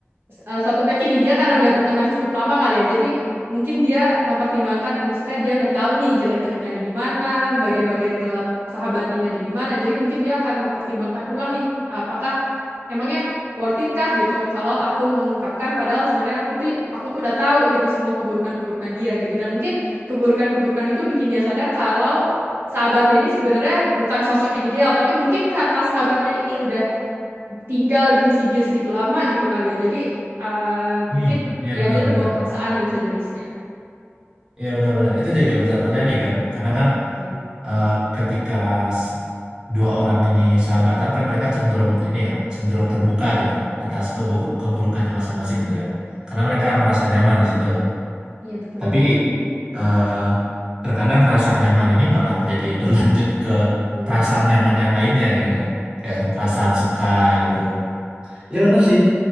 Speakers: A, on the right; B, on the right.
A: eh, satu pihak ini dia karena udah berteman cukup lama kali ya. Jadi mungkin dia mempertimbangkan, oh maksudnya dia udah tahu nih jelek-jeleknya ada di mana, bagian-bagian gelap sahabatnya ini ada di mana. Jadi mungkin dia akan mempertimbangkan ulang nih, apakah emangnya worth it kah gitu. Kalau aku mengungkapkan, padahal sebenarnya aku tuh aku tuh udah tahu gitu semua keburukan-keburukan dia gitu. Dan mungkin keburukan-keburukan itu bikin dia sadar kalau sahabatnya ini sebenarnya bukan sosok yang ideal, tapi mungkin karena sahabatnya ini udah tinggal di sisi dia segitu lama gitu kali ya. Jadi eh,
B: hmm,
A: mungkin
B: iya
A: ya
B: benar-benar
A: dia terbawa perasaan dan sejenisnya.
B: iya benar-benar itu juga bisa terjadi kan karena kan
A: Ya.
B: eh, ketika s- dua orang ini sahabatan kan mereka cenderung ini ya cenderung terbuka gitu loh atas
A: Hmm.
B: kebu- keburukannya masing-masing gitu kan karena mereka merasa nyaman di situ
A: Iya betul.
B: Tapi eh, terkadang rasa nyaman ini malah jadi <laughs> berlanjut ke
A: Hmm.
B: perasaan nyaman yang lainnya gitu kan. Kayak perasaan suka gitu. Ya benar sih.